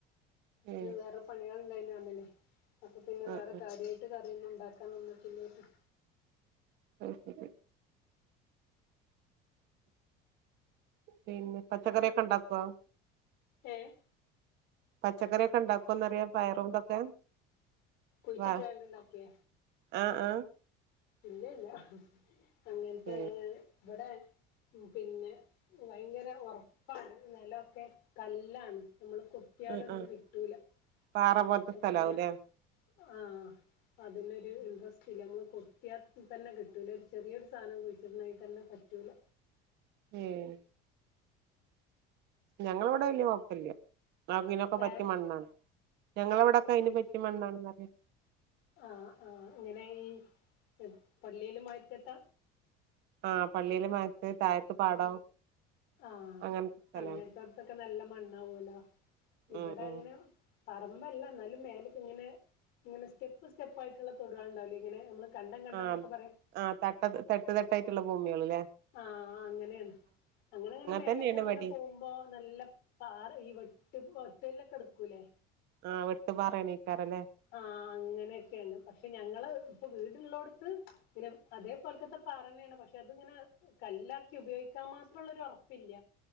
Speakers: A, on the right; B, on the left.
A: ഉം
B: ഇന്ന് വേറെ പണികാള് ഉണ്ടായി പറഞ്ഞില്ലേ അപ്പൊ പിന്നെ
A: ആഹ്
B: വേറെ
A: ആഹ്
B: കാര്യമായി മായിട്ട് കറികൾ ഉണ്ടാക്കാൻ നിന്നിട്ടില്ലായിരുന്നു
A: ഓക്കെ പിന്നെ പച്ചക്കറിയൊക്കെ ഒണ്ടാക്കൊ
B: ഏഹ്..,
A: പച്ചക്കറിയൊക്കെ- ഇണ്ടാക്കോന്നറിയാ, പയറും ഇതൊക്കെ.
B: കുഴിച്ചിട്ടാ
A: വാ
B: ഇണ്ടിണ്ടാക്കിയെ.
A: ആഹ്, ആഹ്,
B: ഇല്ല, ഇല്ല, അങ്ങനത്തെ
A: ഉം
B: ഇവടെ- ഉം, പിന്നെ ഭയങ്കര ഒറപ്പാണ്. നെലൊക്കെ കല്ലാണ്. നമ്മള് കുത്തിയാലൊന്നും-
A: ആഹ് ആഹ്
B: കിട്ടൂല
A: പാറ പോലത്തെ
B: അപ്പ
A: സ്ഥലാവൂല്ലേ
B: പിന്നെ, ആഹ് അതിനൊരു
A: ഉം
B: ഇൻട്രസ്റ്റില്ല, നമ്മള് കൊ- കൊത്തിയ തന്നെ കിട്ടൂല്ല, ഒരു ചെറിയൊരു സാധനം- കുഴിച്ചിടണേങ്കി തന്നെ പറ്റൂല്ല.
A: ഏഹ്.., ഞങ്ങളിവിടെ വല്യ കൊഴപ്പില്ല. നാഗിനൊക്കെ പറ്റി
B: ഏഹ്
A: മണ്ണാണ്- ഞങ്ങളിവട. അയ്ന്
B: എന്നെ
A: പറ്റിയ- മണ്ണാണെന്നറിയാം.
B: ആഹ്, ആഹ്, ഇങ്ങനെ ഈ- പള്ളിയിലും മൊയ്റ്റത്ത.
A: ആഹ്, പള്ളിയില് മാത്ത്-താഴത്ത് പാടം.
B: ആഹ്,
A: അങ്ങനത്തെ സ്ഥലാണ്
B: അങ്ങനത്തോടത്തൊക്കെ നല്ല- മണ്ണാവൂലോ? ഇവടെ
A: ഉം ഉം
B: അങ്ങന- പറമ്പല്ല, എന്നാലും മേലക്ക്- ഇങ്ങനെ, ഇങ്ങനെ, സ്റ്റെപ്പ്, സ്റ്റെപ്പായിട്ടുള്ളതോട്കള്, ഇണ്ടാവില്ലേ? ഇങ്ങനെ നമ്മള്- കണ്ടം, കണ്ടം
A: ആഹ്
B: എന്നൊക്കെ പറയും.
A: ആഹ്.., തട്ട്, തട്ട്, തട്ടായിട്ടുള്ള- ഭൂമികളലേ?
B: ആഹ്.., അങ്ങനെയാണ്. അങ്ങനെ, അങ്ങനെ, മേലൊക്കെ
A: തന്നെയാണ്
B: അങ്ങനെ
A: ഇവടിം
B: പോവുമ്പോ നല്ല- പാറ ഈ വെട്ട്, വെട്ടല്ലൊക്കെ- എടുക്കൂല്ലേ?
A: ആഹ് വെട്ടുപാറയണീക്കാറല്ലേ?
B: ആഹ്.., അങ്ങനെയൊക്കെയാണ്. പക്ഷെ ഞങ്ങള് ഇപ്പോ വീടുള്ളോടത്ത്- പിന്നെ, അതേ പോൽക്കത്തെ- പാറന്നേണ് പക്ഷെ, അതിങ്ങനെ- കല്ലാക്കി ഉപയോഗിക്കാൻ- മാത്രൊള്ളൊരു ഒറപ്പില്ല.